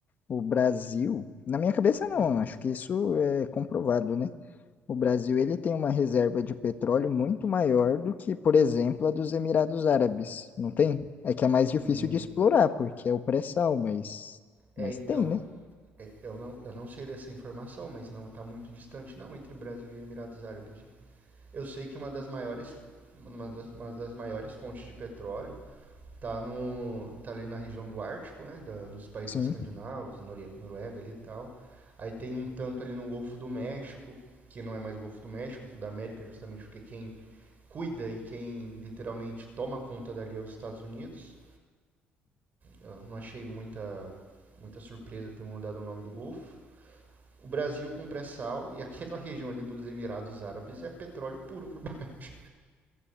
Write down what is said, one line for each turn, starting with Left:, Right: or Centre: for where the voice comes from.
Left: o Brasil, na minha cabeça não,
Right: Hum,
Left: acho que isso é comprovado, né? O Brasil, ele tem uma reserva de petróleo muito maior do que, por exemplo, a dos Emirados Árabes, não tem? É que é mais difícil
Right: hum,
Left: de explorar, porque é o pré-sal, mas,
Right: é,
Left: mas
Right: então,
Left: tem, né?
Right: é, eu não, eu não sei dessa informação, mas não está muito distante não entre Brasil e Emirados Árabes. Eu sei que uma das maiores uma das, uma das maiores fontes de petróleo está tá ali na região do Ártico, né, da- dos países
Left: Sim.
Right: escandinavos, Nore- Noruega ali e tal. Aí tem um tanto ali no Golfo do México, que não é mais o Golfo do México, é o Golfo da América, justamente porque quem cuida e quem literalmente toma conta dali é os Estados Unidos. Eu não achei muita muita surpresa ter mudado o nome do Golfo o Brasil com pré-sal e aquela <laughs> região ali dos Emirados Árabes é petróleo puro por <laughs> baixo.